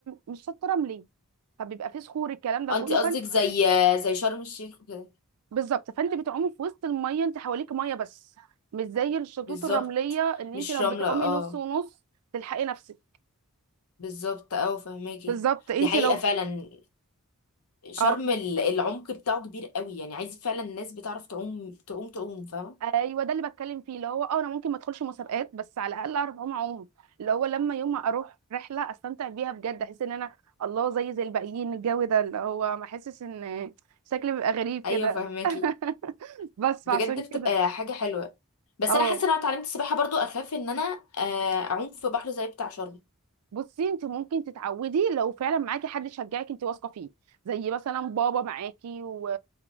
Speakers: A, on the right; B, on the left.
A: مش شاطه رملي فبيبقى فيه صخور الكلام ده
B: انت
A: كله
B: قصدك
A: فانت
B: زي زي شرم الشيخ وكده
A: بالظبط فانت بتعومي في وسط الميه انت حواليك ميه بس مش زي الشطوط
B: بالظبط
A: الرمليه ان
B: مش
A: انت لو
B: رملة
A: بتعومي
B: اه
A: نص ونص تلحقي نفسك
B: بالظبط اه فهماكي
A: بالظبط انت
B: دي حقيقة
A: لو
B: فعلا شرم
A: اه
B: ال- العمق بتاعه كبير قوي يعني عايز فعلا الناس بتعرف تعوم تعوم تعوم فاهمة
A: ايوه ده اللي بتكلم فيه اللي هو اه انا ممكن ما ادخلش مسابقات بس على الاقل اعرف اعوم اعوم اللي هو لما يوم ما اروح رحله استمتع بيها بجد احس ان انا الله زي زي الباقيين الجو ده اللي هو ما احسش ان شكلي بيبقى غريب كده
B: ايوه فهماكي
A: <laughs> بس فعشان
B: بجد
A: كده
B: بتبقى حاجة حلوة بس
A: اه
B: انا حاسة ان انا اتعلمت السباحة برضو اخاف ان انا آه، اعوم في بحر زي بتاع شرم
A: بصي انت ممكن تتعودي لو فعلا معاكي حد يشجعك انت واثقه فيه زي مثلا بابا معاكي و...